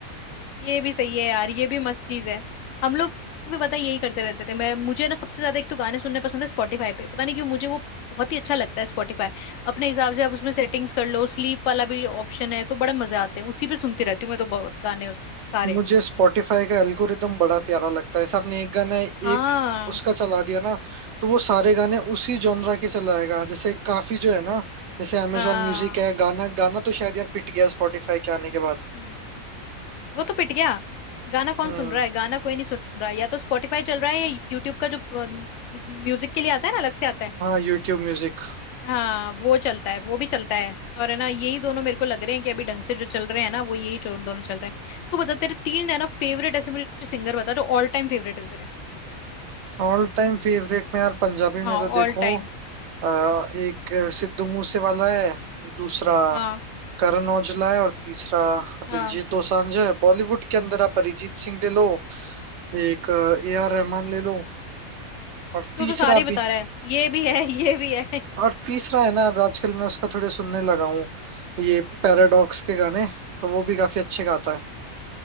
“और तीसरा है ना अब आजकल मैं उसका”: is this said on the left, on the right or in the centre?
Right